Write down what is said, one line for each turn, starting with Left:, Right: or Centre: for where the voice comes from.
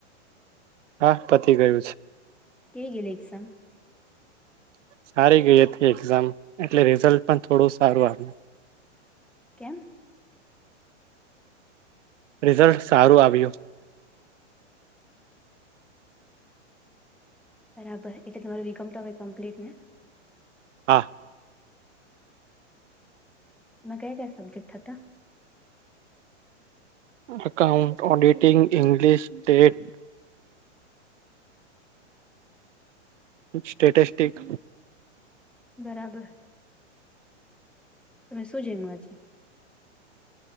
Right: હા પતી ગયું છે
Centre: કે ગિલે એક્ઝામ
Right: સારી ગઈ હતી એક્ઝામ એટલે રિઝલ્ટ પણ થોડું સારું આ
Centre: કેમ
Right: રિઝલ્ટ સારું આવ્યું
Centre: બરાબર એટલે તમારો વિગમ તો હવે કમ્પ્લીટ ને
Right: હા
Centre: એમાં કયા કયા સબ્જેક્ટ હતા
Right: અકાઉન્ટન્ટ ઓડિટીગ ઇંગ્લિશ ટેટ સ્ટેટસ્ટસ્ટિક
Centre: બરાબર તમે શું જેમ આજે